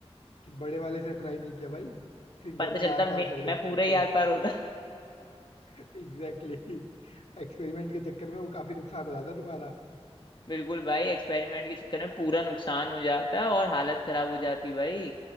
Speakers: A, on the left; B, on the left.
A: कि बड़े वाले से ट्राई नहीं किया भाई फिंगर
B: पता
A: में
B: चलता
A: आर
B: मैं,
A: पार चली जाती
B: मैं पूरा
A: फिर
B: ही
A: तो
B: आर पार होता
A: एग्जैक्टली exactly. एक्सपेरिमेंट के चक्कर में वो काफी नुकसान हो जाता है तुम्हारा
B: बिल्कुल भाई एक्सपेरिमेंट के चक्कर में पूरा नुकसान हो जाता और हालत खराब हो जाती भाई